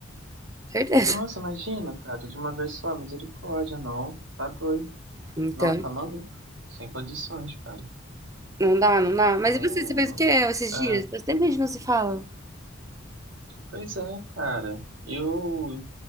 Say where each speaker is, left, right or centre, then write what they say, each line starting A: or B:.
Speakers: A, on the right (about 15°); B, on the right (about 75°).
A: Certeza.
B: Nossa,
A: <laughs>
B: imagina, cara, de uma vez só, misericórdia, não. Tá doido.
A: Então,
B: Não, tá maluco. Sem condições, cara.
A: não dá, não dá. Mas
B: Hum,
A: e você, você fez o quê esses
B: é.
A: dias? Faz tempo que a gente não se fala.
B: Pois é, cara. Eu